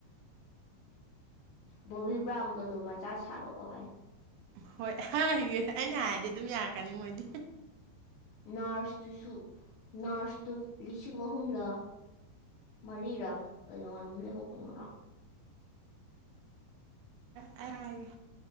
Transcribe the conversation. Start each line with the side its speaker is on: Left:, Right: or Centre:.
Left: ꯕꯣꯕꯤ ꯕ꯭ꯔꯥꯎꯟꯒꯗꯣ ꯃꯆꯥ ꯁꯥꯔꯛꯑꯣ ꯍꯥꯏꯌꯣ
Right: ꯍꯣꯏ ꯑꯩꯅ ꯍꯥꯏꯔꯗꯤ ꯑꯗꯨꯝ ꯌꯥꯔꯛꯀꯅꯤ ꯃꯣꯏꯗꯤ
Left: ꯅꯥꯔꯁꯇꯨꯁꯨ ꯔꯁꯇꯨ ꯂꯤꯁꯤꯡ ꯑꯍꯨꯝꯂꯥ ꯃꯔꯤꯔꯥ ꯀꯩꯅꯣ ꯑꯗꯨꯝ ꯂꯩꯍꯧꯕꯅꯤꯅꯣ
Right: ꯑ